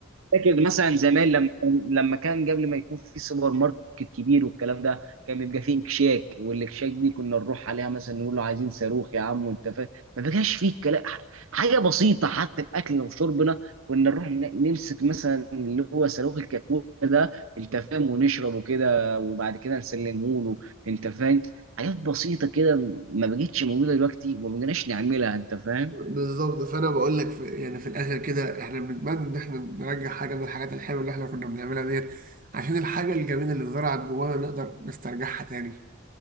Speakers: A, on the right; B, on the right.
A: فاكر مثلا زمان لما لما كان قبل ما يكون في سوبر ماركت كبير والكلام ده كان بيبقى فيه اكشاك والاكشاك دي كنا نروح عليها مثلا نقول له عايزين صاروخ يا عم وانت فاهم ما بقاش فيه كلام حاجه بسيطه حتى في اكلنا وشربنا كنا نروح ن- نمسك مثلا اللي هو صاروخ الكاكولا ده انت فاهم ونشربه كده وبعد كده نسلمه له انت فاهم حاجات بسيطه كده ما بقتش موجوده دلوقتي وما بقناش نعملها انت فاهم
B: بالظبط فانا بقول لك في يعني في الاخر كده احنا بنتمنى ان احنا نرجع حاجه من الحاجات الحلوه اللي احنا كنا بنعملها ديت عشان الحاجه الجميله اللي زرعت جوانا نقدر نسترجعها تاني